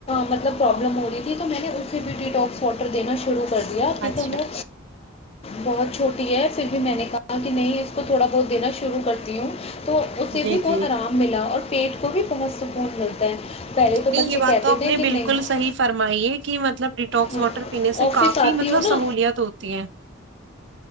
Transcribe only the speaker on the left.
مطلب پرابلم ہو رہی تھی تو میں نے اس ہیپیٹی ڈاپس واٹر د شروع کر دیا پھر
تو میں بہت چھوٹی ہے پھر بھی میں نے کہا کہ نہیں اس کو تھوڑا بہت دینا شروع کرتی ہوں تو اسے
بھی بہت
آرام ملا اور پیٹ کو بھی بہت سپورٹ ملتا ہے پہلے تو
بچے
کہتے
تھے
کہ
نہیں
ہاں
آفس
آتی
ہو
نا